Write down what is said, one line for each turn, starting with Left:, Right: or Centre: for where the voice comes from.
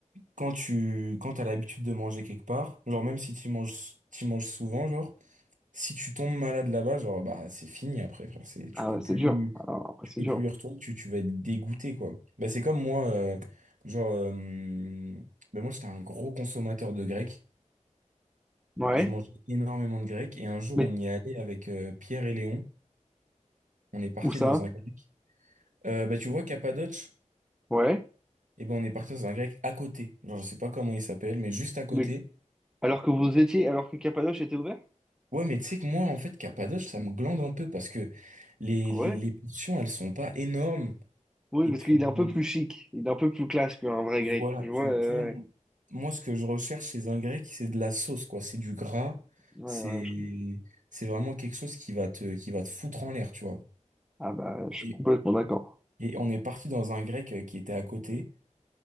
Right: quand tu quand t'as l'habitude de manger quelque part, genre même si tu manges t'y manges souvent, genre si tu tombes malade là-bas, genre bah c'est fini après, frère, c'est tu
Centre: Ah
Right: peux
Centre: ouais, c'est
Right: plus
Centre: dur. Alors, après,
Right: tu
Centre: c'est
Right: peux
Centre: dur.
Right: plus y retourner, tu, tu vas être dégoûté quoi. Bah c'est comme moi euh, genre euh, bah, moi j'étais un gros consommateur de grec,
Centre: Ouais.
Right: je mangeais énormément de grec et un jour
Centre: Mais
Right: on y est allé avec euh, Pierre et Léon, on est parti
Centre: où ça?
Right: dans un grec. Euh, bah tu vois Cappadoce,
Centre: Ouais.
Right: et ben on est parti dans un grec à côté. Genre je sais pas comment il s'appelle mais juste à côté.
Centre: Mais Alors que vous étiez, alors que Cappadoce était ouvert?
Right: Ouais, mais tu sais que moi, en fait, Cappadoce, ça me glande un peu parce que les,
Centre: ah
Right: les,
Centre: ouais.
Right: les portions, elles sont pas énormes.
Centre: Oui,
Right: Et
Centre: parce
Right: puis,
Centre: qu'il est un peu plus chic, il est un peu plus classe qu'un vrai
Right: voilà,
Centre: grec. Je
Right: tu,
Centre: vois, euh,
Right: tu vois, mon-
Centre: ouais.
Right: moi, ce que je recherche chez un grec, c'est de la sauce, quoi. C'est du gras.
Centre: Ouais,
Right: C'est,
Centre: ouais, je...
Right: c'est vraiment quelque chose qui va te, qui va te foutre en l'air, tu vois.
Centre: Ah bah, je suis
Right: Et,
Centre: complètement d'accord.
Right: et on est parti dans un grec euh, qui était à côté.